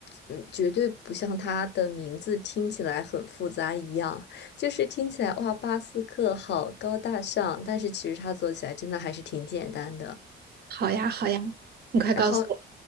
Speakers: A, on the left; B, on the right.
A: 嗯绝对不像它的名字听起来很复杂一样，就是听起来哇，巴斯克好高大上，但是其实它做起来真的还是挺简单的。
B: 好呀，好呀，你快告诉我。
A: 然后，